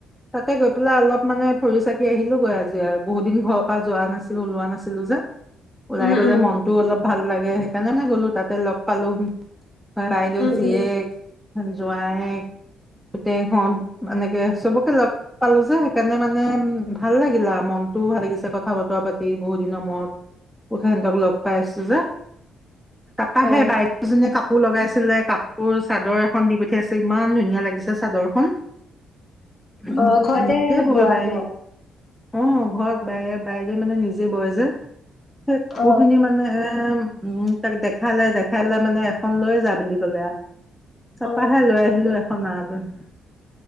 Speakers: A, in the centre; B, on the left.
A: তাতে গৈ পেলাই অলপ মানে ফুৰি-চাকি আহিলোগৈ আজি আৰু বহুত দিন ঘৰ পা যোৱা নাছিলো ওলোৱা নাছিলো যে।
B: <unintelligible>
A: ওলাই গ'লে
B: উম
A: মনতটোও অলপ ভাল লাগে সেইকাৰণে মানে গ'লো তাতে লগ পালো। বাইদেউ
B: উম
A: জীয়েক,
B: উম
A: জোঁৱায়েক। পুতেক হ'ত এনেকে সবকে লগ পালো যে সেইকাৰণে মানে ভাল লাগিলে আ মনতটোও ভাল লাগিছে কথা বতৰা পাতি বহুত দিনৰ মূৱত <unintelligible> লগ পাই আছো যে তাপাহে
B: অ
A: বাইদেউজনীয়ে কাপোৰ লগাইছিলে কাপ তোৰ চাদৰ এখন দি পঠিয়াইছে ইমান ধুনীয়া লাগিছে চাদৰখন। উম,
B: অ ঘৰতে
A: নিজে ব'য়
B: বোৱা
A: বাইদেৱে।
B: ন
A: অ ঘৰত বাই- বাইৰে মানে নিজে বয় যে কাপোৰখিনি
B: অ
A: মানে এ উম তাক দেখালে দেখাই লে মানে এখন লৈ যা বুলি ক'লে আউ তাপাহে
B: অ
A: লৈ আহিলো এ <unintelligible>